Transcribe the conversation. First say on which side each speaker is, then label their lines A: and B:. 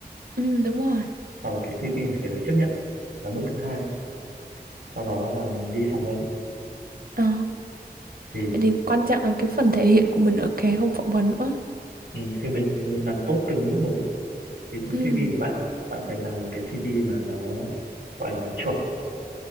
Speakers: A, on the right; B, on the right.
A: Ừ, đúng rồi.
B: Sau đó cái CV này phải được chấp nhận là bước thứ hai, sau đó là mình đi phỏng vấn.
A: Ờ.
B: Thì,
A: Vậy thì quan trọng là cái phần thể hiện của mình ở cái hôm phỏng vấn nữa.
B: ừm, thì mình làm tốt từng bước một. Ví dụ
A: Ừ.
B: CV của bạn, bạn phải làm một cái CV mà nó, gọi là, chuẩn,